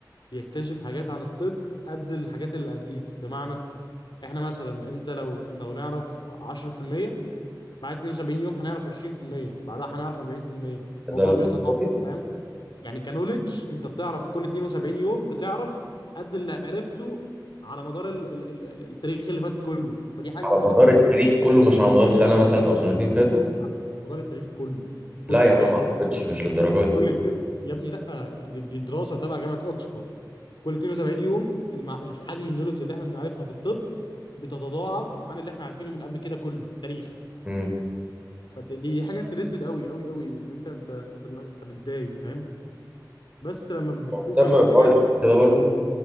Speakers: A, on the left (about 75°); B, on the right (about 15°).
A: يكتشف حاجات عن الطب قد الحاجات اللي قبليه بمعنى احنا مثلا انت لو لو نعرف 10% بعد 72 يوم هنعرف 20% بعدها هنعرف 40% الموضوع
B: ده
A: بيتضاعف
B: <laughs>
A: فاهم يعني كنوليدج انت بتعرف كل 72 يوم بتعرف قد اللي عرفته على مدار ال ال ال ال- التاريخ اللي فات كله فدي حاجه
B: على
A: انترستد
B: مدار التاريخ
A: قوي
B: كله مش على مدار سنه مثلا او سنتين فاتوا
A: على مدار التاريخ كله
B: لا
A: كله
B: يا عم
A: يعني
B: ما
A: انت
B: اعتقدش مش للدرجه دي
A: كل اتنين- يا ابني لا دي, دي دراسه تبع جامعه اوكسفورد كل 72 يوم المع... الحجم النولج اللي احنا بنعرفها في الطب بتتضاعف عن اللي احنا عارفينه من قبل كده كله في التاريخ
B: امم
A: فد- دي دي حاجه انترستد قوي قوي قوي ان انت انت انت دماغ- طب ازاي فاهم بس لما بتشوف
B: مهتم
A: الحاجات
B: بحوار التك كده برضو